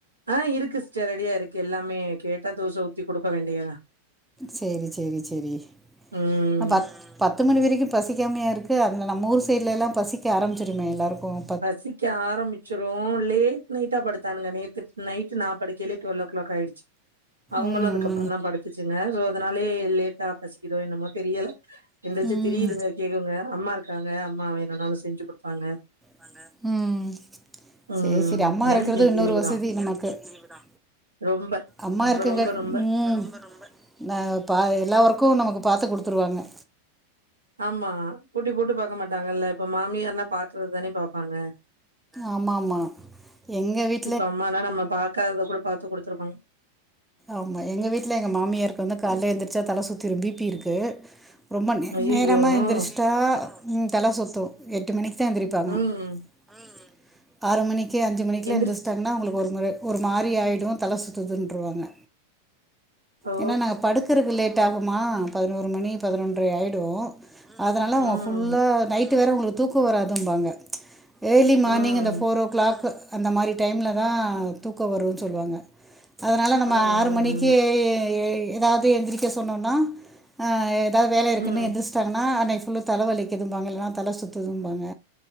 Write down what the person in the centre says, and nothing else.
சேரி சேரி சேரி
அ பத் பத்து மணி வரைக்கும் பசிக்காமயா இருக்கு அதுங்க நம்ம ஊர் சைட்ல எல்லா பசிக்க ஆரம்பிச்சிருமே எல்லோர்க்கும்
ம்
ம்
பாங்க ம்
சேரி சேரி அம்மா
இருக்கறதும்
இன்னொரு
வசதி
நமக்கு லீவு தா
அம்மா
இருக்கங்காட்
ம் ரொம்ப ரொம்ப ந பா எல்லா ஒர்க்கும் நமக்கு பாத்து குடுத்துருவாங்க
ஆமா ஆமா எங்க வீட்
ஆமா எங்க வீட்ல எங்க மாமியாருக்கு வந்து கால்ல எந்திரிச்சா தல சுத்திரும் பி ப்பி இருக்கு ரொம்ப நே
நேரமா எந்திரிஷ்ட்டா ம் தல சுத்தும் எட்டு மணிக்கு தா எந்திரிப்பாங்க
ம் ஆறு மணிக்கு அஞ்சு மணிக்குலா
எந்திரிச்சுட்டாங்கன்னா அவங்களுக்கு ஒரு முற ஒரு மாறி ஆயிடும் தல சுத்துதுன்ருவாங்க
ஏன்னா நாங்க படுக்கறது லேட் டாகுமா பதினோரு மணி பதினொன்ரை ஆயிடும் ம் அதனால
அவங்க
ஃபுல்லா நைட்டு வேற அவங்களுக்கு தூக்கம் வராதும்பாங்க ஏர்லி
மார்னிங்
அந்த ஃபோர் ஓ கிளாக் அந்த மாறி டைம்ல தா தூக்கோ வருன்னு சொல்லுவாங்க அதனால நம்ம
ஆறு மணிக் கே ஏதாவது எந்திரிக்க சொன்னோன்னா அ ஏதாவது வேல இருக்குன்னு
எந்திரிச் தன்னா அன்னைக்கு ஃபுல்லும் தல வலிக்குதும்பாங்க இல்லன்னா தல சுத்துதும்பாங்க